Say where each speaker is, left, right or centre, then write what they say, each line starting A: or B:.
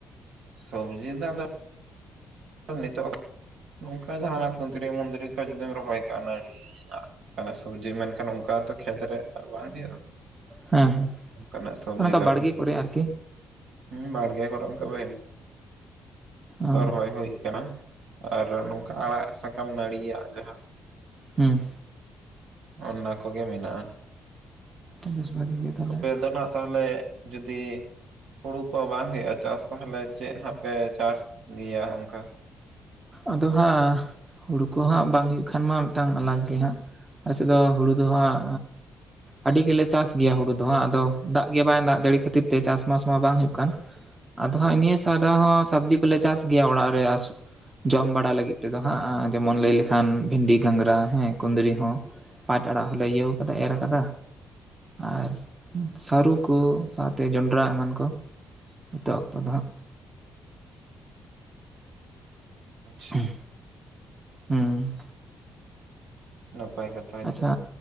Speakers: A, on the right; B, on the right.
A: ᱥᱚᱵᱡᱤ ᱫᱟ ᱫᱚᱯ ᱱᱤᱛᱚᱜ ᱱᱚᱝᱠᱟ ᱜᱮ ᱦᱟᱱᱟ ᱠᱷᱩᱱᱫᱨᱤ ᱢᱩᱚᱱᱫᱨᱤ ᱠᱚ ᱡᱩᱫᱤᱢ ᱨᱚᱦᱚᱭ ᱠᱟᱜ ᱱᱟᱲᱤ <unintelligible> ᱟᱱᱮ ᱥᱚᱵᱡᱤ ᱢᱮᱱ ᱠᱷᱟᱱ ᱢᱮᱱᱠᱷᱟᱱ ᱛᱚ ᱠᱷᱮᱛ ᱨᱮ ᱟᱨ ᱵᱟᱝ ᱦᱩᱭᱩᱜᱼᱟ
B: ᱦᱮᱸ ᱦᱮᱸ
A: ᱚᱱᱠᱟᱱᱟᱜ ᱥᱚᱵᱡᱤ
B: ᱚᱱᱠᱟ
A: ᱫᱚ
B: ᱵᱟᱲᱜᱮ
A: ᱦᱟᱸᱜ
B: ᱠᱚᱨᱮ ᱟᱨᱠᱤ
A: ᱦᱩᱸ ᱵᱟᱲᱜᱮ ᱠᱚᱨᱮᱫ ᱚᱱᱟ ᱵᱮᱞ ᱠᱚ
B: ᱚ
A: ᱨᱚᱦᱚᱭ ᱦᱩᱭ ᱠᱟᱱᱟ ᱟᱨ ᱱᱚᱝᱠᱟ ᱟᱲᱟᱜ ᱥᱟᱠᱟᱢ ᱱᱟᱹᱲᱤᱭᱟᱜ ᱡᱟᱦᱟᱸ
B: ᱦᱩᱸ
A: ᱚᱱᱟ ᱠᱚᱜᱮ ᱢᱮᱱᱟᱜᱼᱟ
B: ᱵᱮᱥ ᱵᱷᱟᱜᱮ ᱜᱮ ᱛᱟᱦᱚᱞᱮ
A: ᱟᱯᱮ ᱫᱚ ᱱᱟᱜ ᱛᱟᱦᱞᱮ ᱡᱩᱫᱤ ᱦᱩᱲᱩ ᱠᱚ ᱵᱟᱝ ᱦᱩᱭᱩᱜᱼᱟ ᱪᱟᱥ ᱛᱟᱦᱞᱮ ᱪᱮᱫ ᱦᱟᱸᱜ ᱯᱮ ᱪᱟᱥ ᱜᱮᱭᱟ ᱚᱝᱠᱟ
B: ᱟᱫᱚ ᱦᱟᱸᱜ ᱦᱩᱲᱩ ᱠᱚ ᱦᱟᱸᱜ ᱵᱟᱝ ᱦᱩᱭᱩᱜ ᱠᱷᱟᱱ ᱢᱟ ᱢᱤᱫᱴᱟᱝ ᱟᱞᱟᱜᱽ ᱜᱮ ᱦᱟᱸᱜ ᱟᱞᱮᱥᱮᱫ ᱫᱚ ᱦᱩᱲᱩ ᱫᱚ ᱦᱟᱸᱜ ᱟᱹᱰᱤ ᱜᱮᱞᱮ ᱪᱟᱥ ᱜᱮᱭᱟ ᱦᱩᱲᱩ ᱫᱚᱦᱟᱸᱜ ᱟᱫᱚ ᱫᱟᱜ ᱜᱮ ᱵᱟᱭ ᱫᱟᱜ ᱡᱟ. ᱲᱤ ᱠᱷᱟᱹᱛᱤᱨ ᱛᱮ ᱪᱟᱥᱵᱟᱥ ᱢᱟ ᱵᱟᱝ ᱦᱩᱭᱩᱜ ᱠᱟᱱ ᱟᱫᱚ ᱦᱟᱸᱜ ᱱᱤᱭᱟᱹ ᱥᱟᱣᱫᱟ ᱦᱚᱸ ᱥᱚᱵᱽᱡᱤ ᱠᱚᱞᱮ ᱪᱟᱥ ᱜᱮᱭᱟ ᱚᱲᱟᱜ ᱨᱮ ᱡᱚᱢ ᱵᱟᱲᱟ ᱞᱟᱹᱜᱤᱫ ᱛᱮᱫᱚ ᱦᱟᱸᱜ ᱡᱮᱢᱚᱱ ᱞᱟᱹᱭ ᱞᱮᱠᱷᱟᱱ ᱵᱷᱤᱱᱰᱤ ᱜᱷᱟᱸᱜᱽᱨᱟ ᱦᱮᱸ ᱠᱩᱸᱫᱽᱨᱤ ᱦᱚᱸ ᱯᱟᱸᱴ ᱟᱲᱟᱜ ᱦᱚᱸᱞᱮ ᱤᱭᱟ. ᱣ ᱠᱟᱫᱟ ᱮᱨ ᱠᱟᱫᱟ ᱟᱨ ᱥᱟᱹᱨᱩ ᱠᱚ ᱥᱟᱶᱛᱮ ᱡᱚᱸᱰᱨᱟ ᱮᱢᱟᱱ ᱠᱚ ᱦᱤᱛᱚᱜ ᱚᱠᱛᱚ ᱫᱚ ᱦᱟᱜ
A: ᱟᱪᱪᱷᱟ
B: ᱩᱸ ᱦᱩᱸ
A: ᱱᱟᱯᱟᱭ ᱠᱟᱛ
B: ᱟᱪᱪᱷᱟ